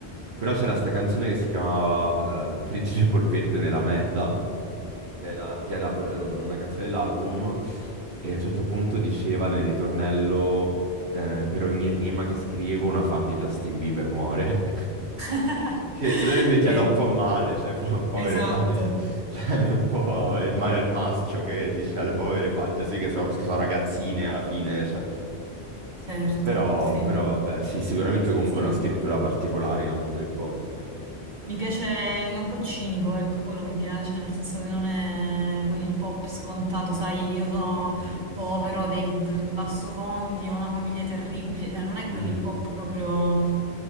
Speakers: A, on the right; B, on the right.
A: Però
B: Ok.
A: c'era sta canzone che si chiamava eh, Friggere polpette nella merda, che era, che era, eh, una canzone dell'album, e a un certo punto diceva nel ritornello eh, per ogni rima che scrivo una fan di Justin Bieber muore. <laughs>
B: <laughs>
A: Che se no è invecchiata
B: Eh,
A: un po' male, cioè po- povere
B: esatto,
A: fan di... Cioè è un po' il, ma- il maschio che dice alle povere fan, cioè, sì che, so- che sono ragazzine alla fine, cioè.
B: certo,
A: Però,
B: sì.
A: però vabbè, sì, sicuramente comunque
B: Sì,
A: una scrittura particolare in ambito hip hop.
B: mi piace, è un po' cinico, ecco, quello mi piace, nel senso che non è quell'hip hop scontato, sai, io sono
A: Mhm.
B: povero, ho dei mm, bassofondi, ho una famiglia terribile, cioè non è
A: Mhm.
B: quell'hip hop proprio